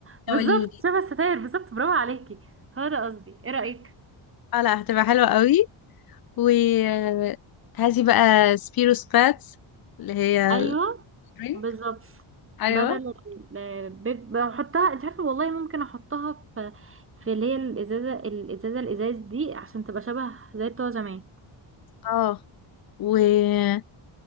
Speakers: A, on the right; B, on the left.
A: بالظبط
B: دوليو دي
A: شبه الستاير بالظبط برافو عليكي هو ده قصدي إيه رأيك؟
B: اه لا هتبقى حلوة قوي و آه، هذه بقى سبيرو سباتس اللي هي
A: أيوه
B: الدرينك
A: بالظبط
B: ايوه
A: بدل ال- ب- بحطها انت عارفة والله ممكن أحطها في في اللي هي الإزازة الإزازة الإزاز دي عشان تبقى شبه زي بتوع زمان
B: اه وممكن